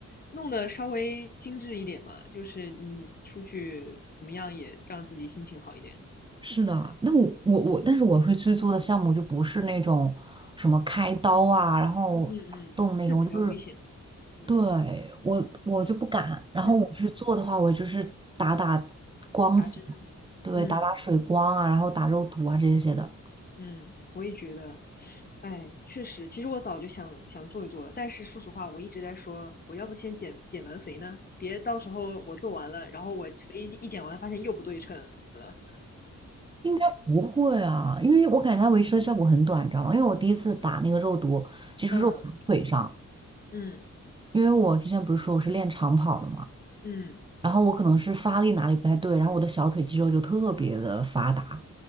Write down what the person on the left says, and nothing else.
弄得稍微精致一点嘛，就是你出去怎么样也让自己心情好一点。
嗯嗯嗯，这比较危险的。
嗯
嗯，
打针。
嗯
嗯，我也觉得，哎，确实，其实我早就想想做一做了，但是说实话，我一直在说，我要不先减减完肥呢，别到时候我做完了，然后我肥一一减完，发现又不对称了。
嗯嗯
嗯